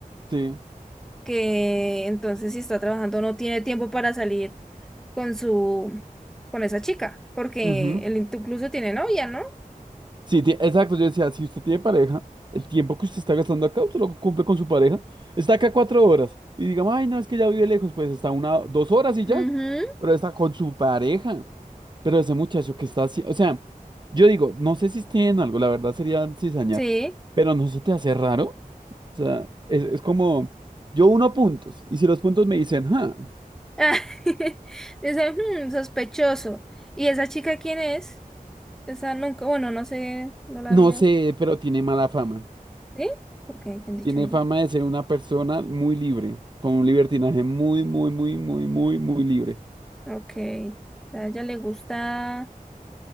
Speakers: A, on the right; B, in the centre.
A: Sí.
B: Que entonces si está trabajando no tiene tiempo para salir con su, con esa chica, porque
A: ujú.
B: él incluso tiene novia, ¿no?
A: Sí, ti- exacto, yo decía, si usted tiene pareja, el tiempo que usted está gastando acá, usted lo cumple con su pareja, está acá cuatro horas y digamos, ay, no, es que ya vive lejos, pues está una, dos horas y
B: Ujú,
A: ya, pero está con su pareja, pero ese muchacho que está así, o sea, yo digo, no sé si esté en algo, la verdad sería cizañar,
B: sí.
A: pero no se te hace raro, o sea, es, es como, yo uno puntos y si los puntos me dicen, ah,
B: Ah, <laughs> Dice, "Hmm, sospechoso. ¿Y esa chica quién es? Esa nunca, bueno, no sé, no la
A: no
B: había.
A: sé, pero tiene mala fama,
B: ¿Sí? Porque ¿qué han dicho
A: Tiene
B: ella?
A: fama de ser una persona muy libre, con un libertinaje muy, muy, muy, muy, muy, muy libre.
B: Ok. A ella le gusta